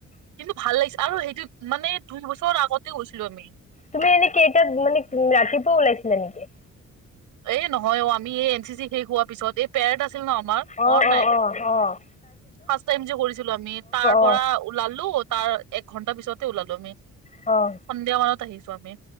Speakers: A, on the right; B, on the left.
A: কিন্তু ভাল লাগিছে, আৰু সেইটো মানে দুই বছৰ আগতে গৈছিলো আমি।
B: তুমি এনে কেইটাত মানে ৰাতিপুৱা ওলাইছিলা নেকি?
A: এ নহয় অ আমি এই এন চি চি শেষ হোৱাৰ পিছত, এই পেৰেড আছিল ন আমাৰ।
B: অ'
A: মনত
B: অ'
A: নাই
B: অঁ।
A: ফাৰ্ষ্ট টাইম যে কৰিছিলো আমি তাৰ পৰা
B: অ
A: ওলালো তাৰ এক ঘন্টা পিছতে ওলালো আমি।
B: অ'।
A: সন্ধিয়া মানত আহিছো আমি।